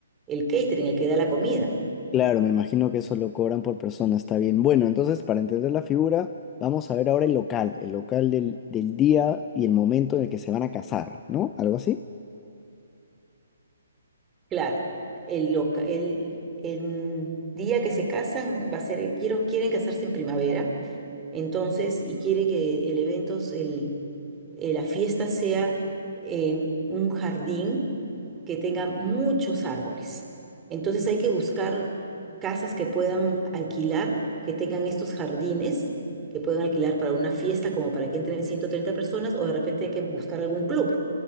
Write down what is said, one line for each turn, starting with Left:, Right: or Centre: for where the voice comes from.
Right: el catering, el que da la comida.
Left: Claro, me imagino que eso lo cobran por persona, está bien. Bueno, entonces para entender la figura, vamos a ver ahora el local, el local del, del día y el momento en el que se van a casar, ¿no? ¿Algo así?
Right: Claro, el, loca- el, el día que se casan va a ser, quiero, quieren casarse en primavera Entonces, y quiere que el evento, el, eh, la fiesta sea en un jardín que tenga muchos árboles. Entonces hay que buscar casas que puedan alquilar, que tengan estos jardines, que puedan alquilar para una fiesta como para que entren 130 personas o de repente hay que buscar algún club.